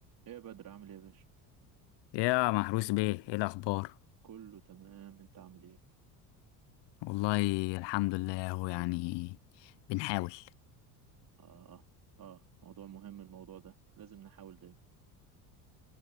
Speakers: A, on the right; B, on the left.
A: ايه يا بدر عامل ايه يا باشا
B: يا محروس بيه ايه الاخبار
A: كله تمام انت عامل ايه
B: والله الحمد لله هو يعني بنحاول
A: اه اه موضوع مهم الموضوع ده لازم نحاول دايما